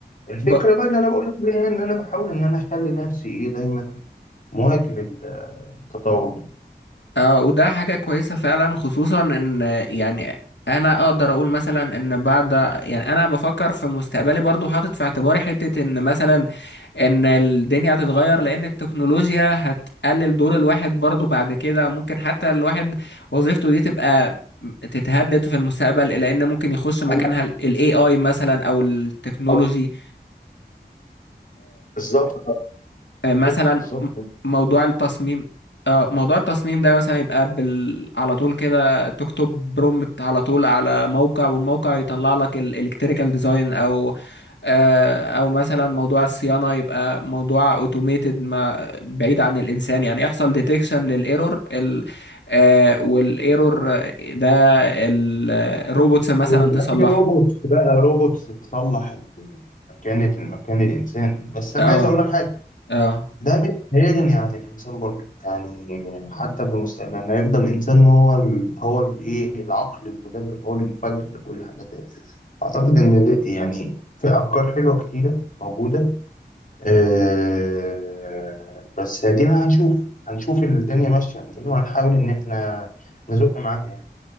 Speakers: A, on the left; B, on the left.
A: الفكرة
B: ب...
A: بقى اللي أنا بقول لك عليها إن أنا بحاول إن أنا أخلي نفسي إيه دايما مواكب التطور ده.
B: آه وده حاجة كويسة فعلا خصوصا ان آه، يعني انا اقدر اقول مثلا ان بعد يعني انا بفكر في مستقبلي برضو حاطط في اعتباري حتة ان مثلا ان الدنيا هتتغير لان التكنولوجيا هتقلل دور الواحد برضو بعد كده ممكن حتى الواحد وظيفته دي تبقى تتهدد في المستقبل لان ممكن يخش مكانها
A: أنا
B: الاي اي مثلا او التكنولوجي
A: بحاول- بالظبط
B: آه، مثلا
A: بالظبط
B: م-
A: بالظبط
B: موضوع التصميم آه، موضوع التصميم ده مثلا يبقى بال... على طول كده تكتب برومبت على طول على موقع والموقع يطلع لك الالكتريكال ديزاين او آه، او مثلا موضوع الصيانة يبقى موضوع اوتوميتد ما بعيد عن الانسان يعني يحصل ديتكشن للايرور ال... آه، والايرور ده ال- الروبوتس مثلا
A: أو يبقى
B: تصلحه
A: في روبوتس بقى روبوتس تصلح مكان مكان الإنسان بس أنا
B: اه
A: عايز أقول لك حاجة
B: اه
A: ده مش هيغني عن الإنسان برضه يعني حتى في المستقبل يعني هيفضل الإنسان هو ال هو الإيه العقل المدبر هو اللي مفكر لكل الحاجات دي أعتقد إن ده- يعني في أفكار حلوة كتيرة موجودة آه بس هدينا هنشوف هنشوف الدنيا ماشية منين وهنحاول إن إحنا نزق معاها يعني